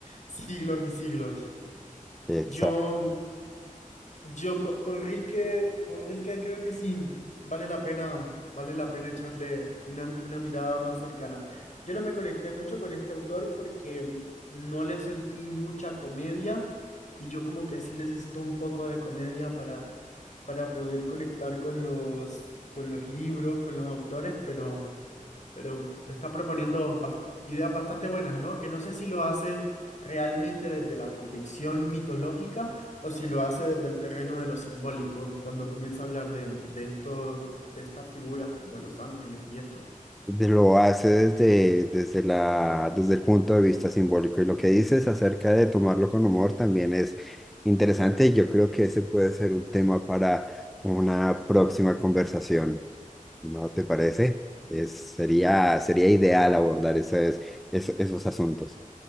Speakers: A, on the left; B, in the centre.
A: siglos y siglos.
B: Exacto.
A: Yo Yo co- con, Rilke, con Rilke creo que sí, vale la pena, vale la pena echarle una, una mirada más cercana. Yo no me conecté mucho con este autor porque no le sentí mucha comedia y yo como que sí necesito un poco de comedia para, para poder conectar con los, con los libros, con los autores, pero pero está proponiendo bas- ideas bastante buenas, ¿no? Que no sé si lo hace realmente desde la convicción mitológica o si lo hace desde el terreno de lo simbólico, cuando comienza a hablar de, de esto, de estas figuras como los ángeles y esto.
B: de- Lo hace desde, desde la, desde el punto de vista simbólico. Y lo que dices acerca de tomarlo con humor también es interesante. y Yo creo que ese puede ser un tema para una próxima conversación. ¿No te parece? Es, sería, sería ideal abordar esos, es- esos asuntos.